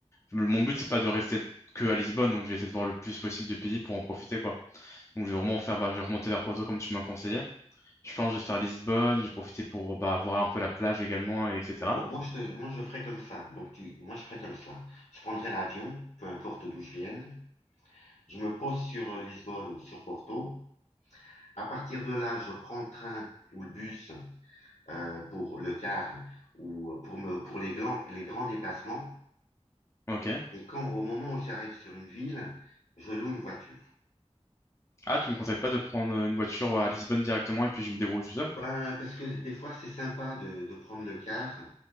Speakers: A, on the left (about 25°); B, on the left (about 80°).
A: Le- Mon but, c'est pas de rester que à Lisbonne, donc je vais essayer de voir le plus possible de pays pour en profiter, quoi. Donc je vais vraiment faire, bah, je vais remonter vers Porto comme tu m'as conseillé. Je pense que je vais faire Lisbonne, je vais profiter pour bah, voir un peu la plage également, et etc.
B: Bon, moi je, te, moi, je ferais comme ça. Donc, tu, moi, je ferais comme cela. Je prendrais l'avion, peu importe d'où je vienne. Je me pose sur euh, Lisbonne ou sur Porto. À partir de là, je prends le train ou le bus euh, pour le car ou pour, me, pour les, grands les grands déplacements.
A: Ok.
B: Et quand au moment où j'arrive sur une ville, je loue une voiture.
A: Ah, tu me conseilles pas de prendre une voiture à Lisbonne directement et puis je me débrouille tout seul?
B: Ben, parce que des fois, c'est sympa de, de prendre le car